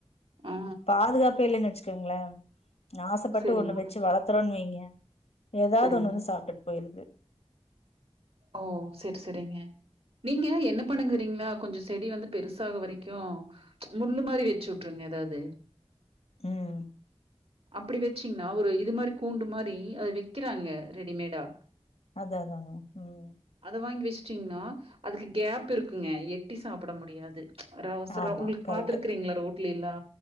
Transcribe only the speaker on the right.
ஆ
செரிங்க
செரிங்க
ஓ செர் செரிங்க நீங்க என்ன பண்ணுங்கறீங்ளா கொஞ்சோ செடி வந்து பெருசாக வரைக்கு முள்ளு மாரி வெச்சுட்ருங்க எதாவ்து
அப்டி வெச்சீங்ன்னா ஒரு இது மாரி கூண்டு மாரி அது வெக்கிறாங்க ரெடிமேடா
அத வாங்கி வெஸ்டீங்ன்னா அதுக்கு கேப் இருக்குங்க எட்டி சாப்பட முடியாது அரா ஒசரோ
உங்ளுக்
பாத்துருக்றீங்ளா ரோட்லில்லா